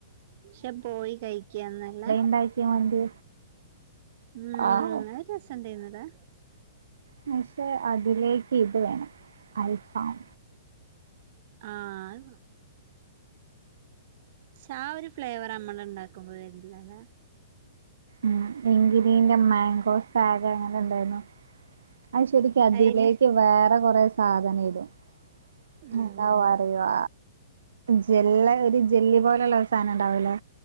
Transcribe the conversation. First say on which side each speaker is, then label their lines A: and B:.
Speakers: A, on the right (about 50°); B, on the right (about 75°).
A: പക്ഷെ പോയി കഴിക്കാ നല്ലേ?
B: ണ്ടാക്കിയ മന്തി
A: ഉം
B: ആഹ്
A: നല്ല രസണ്ടേന്നുലെ?
B: പക്ഷെ അതിലേക്ക് ഇത് വേണം അൽഫാം.
A: ആഹ് അത് വാ ക്ഷാ ഒരു ഫ്ലേവറ് അമ്മള് ഇണ്ടാക്കുമ്പോ വര്ല്ലാല്ലെ?
B: ആഹ് എങ്കിപീന്റെ മാങ്കോ സാഗ് എങ്ങനെണ്ടായിരുന്നു? അയ്ശരി. ക്ക് അതിലേക്ക്
A: അയില്
B: വേറെ കൊറെ സാധനെടും.
A: ഉം
B: എന്താ പറയാ ജെല്ല് ഒരു ജെല്ലി പോലെള്ള ഒരു സാനണ്ടാവൂല്ലേ?